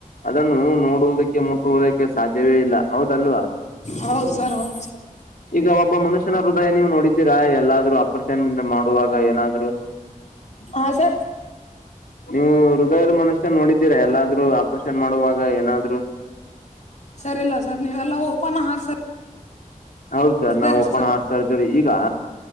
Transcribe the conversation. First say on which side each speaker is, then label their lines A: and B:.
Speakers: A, on the left; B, on the left.
A: ಅದನ್ನು ನೋಡುವುದಕ್ಕೆ ಮು ಹೋಗಕ್ಕೆ ಸಾಧ್ಯವೇ ಇಲ್ಲ ಹೌದಲ್ವಾ.
B: ಹೌದ್ ಸರ್ ಹೌದ್ ಸರ್
A: ಈಗ ಒಬ್ಬ ಮನುಷ್ಯನ ಹೃದಯ ನೀವು ನೋಡಿದ್ದೀರಾ ಎಲ್ಲಾದ್ರೂ ಆಪರೇಷನದ ಮಾ ವಾಗ ಏನಾದ್ರು
B: ಹಾ ಸರ್
A: ನೀವು ಹೃದಯದ ಮನು ನೋಡಿದ್ದೀರಾ ಎಲ್ಲಾದ್ರು ಆಪರೇಷನ್ ಮಾಡುವಾಗ ಏನಾದ್ರು.
B: ಸರಿ ಇಲ್ಲ ಸರ್ ನೀವೆಲ್ಲಾ ಓಪನ್ ಹಾಡ್
A: ಹೌದು ಸರ್
B: <unintelligible>
A: ನಾವು ಓಪನ್ ಹಾರ್ಟ್ ಸರ್ಜರಿ ಈಗ